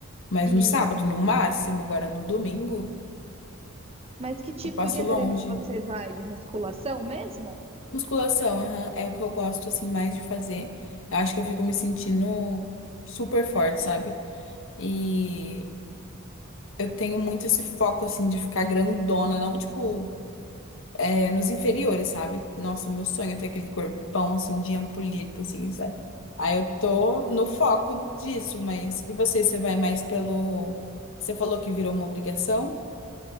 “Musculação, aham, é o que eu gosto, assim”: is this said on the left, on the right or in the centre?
Left